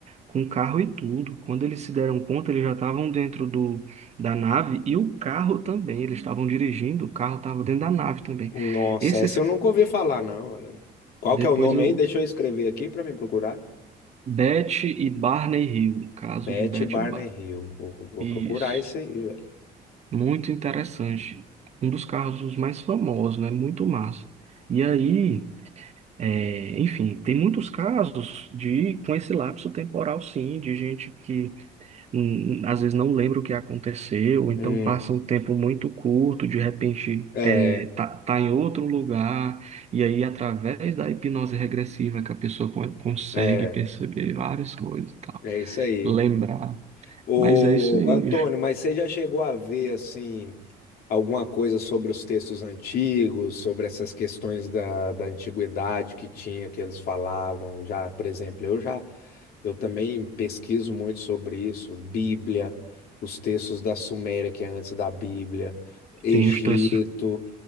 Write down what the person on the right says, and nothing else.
com um carro e tudo. Quando eles se deram conta, eles já estavam dentro do, da nave e o carro também. Eles estavam dirigindo, o carro estava dentro da nave também.
Esses,
depois
eu,
Betty e Barney Hill. Caso
de Betty
e Bar...
Isso.
Muito interessante. Um dos carros mais famosos, né? Muito massa. E aí. É, enfim, tem muitos casos de com esse lapso temporal, sim, de gente que hum, hum, às vezes não lembra o que aconteceu, ou então
passa um tempo muito curto, de repente
é, tá, tá em outro lugar, e aí através da hipnose regressiva que a pessoa con- consegue
perceber várias coisas e tal,
lembrar.
Mas é isso aí,
bicho.
Tem os tres-